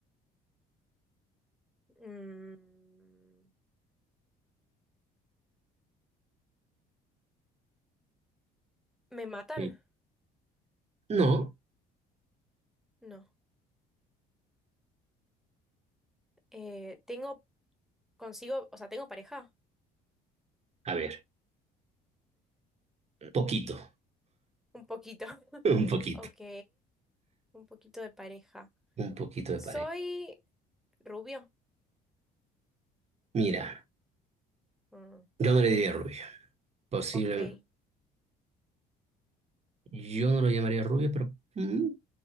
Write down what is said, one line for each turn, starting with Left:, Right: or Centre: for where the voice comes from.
Centre: Mm, ¿me matan?
Right: Sí. No.
Centre: No. Eh, tengo consigo, o sea, tengo pareja,
Right: A ver, poquito.
Centre: un poquito, <laughs>
Right: <laughs> Un poquito.
Centre: ok, un poquito de pareja.
Right: Un poquito de
Centre: Soy
Right: pareja.
Centre: rubio.
Right: Mira,
Centre: Mm,
Right: yo no le diría rubio. Posible.
Centre: ok.
Right: Yo no lo llamaría rubio, pero. mm,